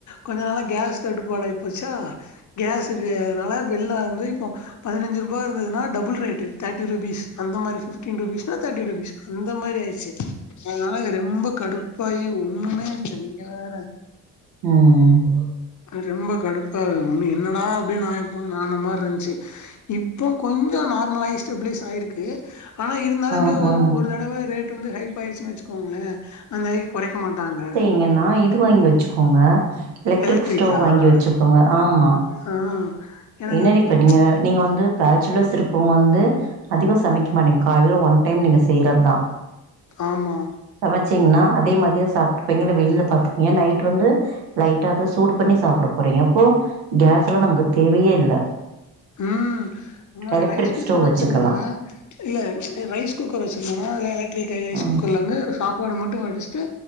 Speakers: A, on the left; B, on the right.
A: கொஞ்ச நாளா கேஸ் தட்டுப்பாடாயி போச்சா கேஸுக்கு அதனால வெள்ல வந்து இப்போ பதினஞ்சு ருபா இருந்ததுனா டபுல் ரேட்டு தேடிருபீஸ் அந்த மாரி ஃபிஃப்டின் ருபீ ல்லனா தேர்ட்டி ருபீஸ் அந்த மாரி ஆயிட்ச்சு அதனால இதுரொம்ப கடுப்பாயி ஒன்னுமே இல்ல நீங்க வேற
B: ம்
A: ரொம்ப கடுப்பாகுது ஒண்ணு என்னடா அப்டின்னு நஇப்போ நான மாரி இருந்துச்சு இப்போ கொஞ்சோ நார்மலாயி ஸ்டெபிலைஸ் ஆயிருக்கு ஆனா இருந்தாலுமே
B: அ,
A: ஒன்
B: ஆ.
A: ஒரு தடவ ரேட் வந்து ஹைப் ஆயிருச்சுன் வெச்சுக்கோங்களே அந்த ஐக்கு கொறைக்க மாட்டாங்க
B: ங்கன்னா இது வாங்கி வெச்சுக்கோங்க எலக்ட்ரிக்
A: எலக்ட்ரிக்கா
B: ஸ்டவ் வாங்கி வெச்சுக்கோங்க ஆமா
A: ஆ எனக்கு
B: என்னன்னு
A: அது
B: இப்ப
A: புரி
B: நீங்க நீங்க வந்து பேச்சுலர்ஸ் இருக்கவ்ங் வந்து அதிகம் சமைக்க மாட்டீங்க கால்ல ஒன் டைம் நீங்க செய்யறது தா
A: ஆமா
B: சமைச்சிங்கன்னா அதே மதியம் சாப்ட்டுப்பீங்க இல்ல வெள்ல பாத்துப்பீங்க நைட் வந்து லைட் ட்டாதா சூடு பண்ணி சாப்பிட போறீங்க அப்போ கேஸுலா நமக்கு தேவையே இல்ல
A: ம் முன்னாடி
B: எலக்ட்ரிக்
A: ரைஸ் குக்கர்
B: ஸ்டவ்
A: வச்சிருந்த
B: வச்சுக்கலா
A: இல்ல ரைஸ் குக்கர் வச்சிருந்தன்னா இது எலக்ட்ரிக் ரைஸ்
B: ம்
A: குக்கர்ல வந்து சாப்பாடு மட்டு வடிச்சுட்டு